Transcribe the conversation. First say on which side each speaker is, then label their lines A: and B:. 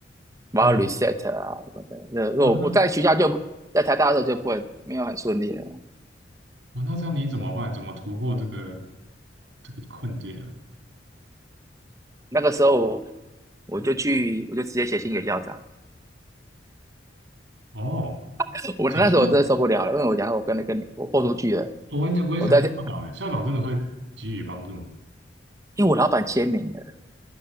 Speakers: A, on the right; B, on the right.
A: 我要
B: 哦，
A: reset 啊什么的。那那我我在学校就在台大的时候就不很没有很顺利了，
B: 哇，那哇，那这样你怎么办？怎么突破这个这个困境啊？
A: 那个时候我就去我就直接写信给校长，
B: 哦，
A: <laughs> 我那时候我真的受不了了，
B: 想象，
A: 因为我讲我跟那个我豁出去了，
B: 我完全不会想到校长诶，
A: 我在这，
B: 校长真的会给予帮助吗
A: 因为我老板签名了，